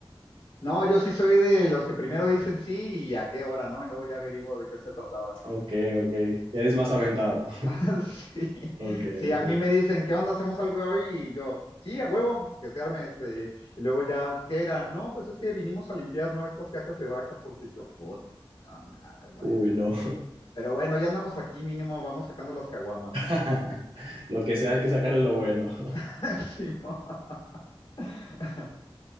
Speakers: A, on the left (about 70°); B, on the right (about 80°).
A: No, yo sí soy de los que primero dicen sí y a qué hora, ¿no? Y luego ya averiguo de qué se trataba.
B: Ok, ok. Eres más aventado. <laughs>
A: <laughs> Sí,
B: Ok,
A: sí,
B: ok.
A: a mí me dicen, ¿qué onda? ¿Hacemos algo hoy? Y yo, sí, a huevo, que se arme este. Y luego ya, ¿qué era? No, pues es que vinimos a limpiar, ¿no? Estas cacas de vaca, porque yo, puta madre, bueno.
B: <laughs> Uy, no.
A: Pero bueno, ya andamos aquí, mínimo, vamos sacando las caguamas,
B: <laughs>
A: ¿no?
B: Lo que sea, hay que sacarle lo bueno. <laughs>
A: <laughs> Sí, mo- <laughs>